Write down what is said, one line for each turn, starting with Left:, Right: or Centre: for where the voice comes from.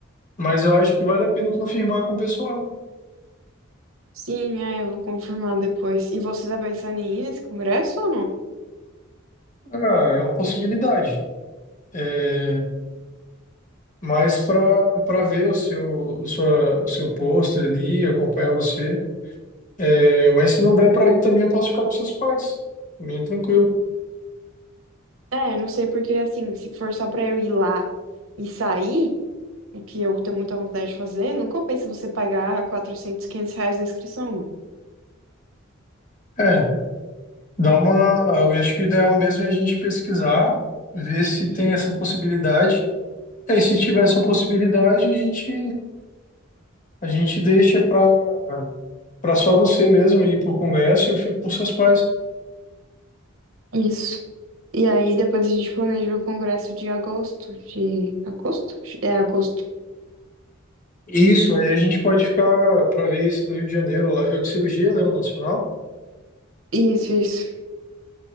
Left: mas eu acho que vale a pena confirmar com o pessoal.
Right: Sim, é, eu vou confirmar depois. E você tá pensando em ir nesse congresso ou não?
Left: Ah, é uma possibilidade. É, mas para para ver o seu, sua, seu pôster ali, acompanhar você. É, mas se não der para ir também, eu posso ficar com seus pais. Também é tranquilo.
Right: É, eu não sei porque, assim, se for só pra eu ir lá e sair, o que eu tenho muita vontade de fazer, não compensa você pagar quatrocentos quinhentos reais na inscrição, mano.
Left: É. Dá uma, eu acho que o ideal mesmo é a gente pesquisar, ver se tem essa possibilidade. É, E aí, se tiver essa possibilidade, a gente, a gente deixa para para só você mesmo ir para o Congresso e eu fico com seus pais.
Right: Isso. E aí depois a gente planeja o congresso de agosto, de agosto? É agosto.
Left: Isso, aí a gente pode ficar para ver esse do Rio de Janeiro, lá. é o de cirurgia, né, o nacional.
Right: Isso, isso.